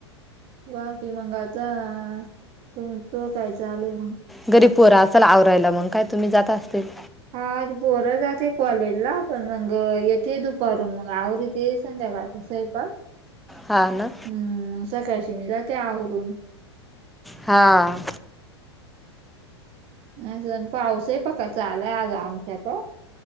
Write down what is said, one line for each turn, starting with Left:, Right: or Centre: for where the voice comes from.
Right: बा कि मंगाता त तू काय आलंय मग
Centre: घरीब पोरा असाल आवरायला मग काय तुम्ही जाता असतील
Right: हा बोरं जाते कॉलेजला पण मग येते दुपारून मग आवरेते संध्याकाळ तहेब का
Centre: हा ना
Right: हम्म सकाळशी मी जा ते आहरून
Centre: हां
Right: नाहीण पाऊस आहे प का चालाय आज आमच्याचा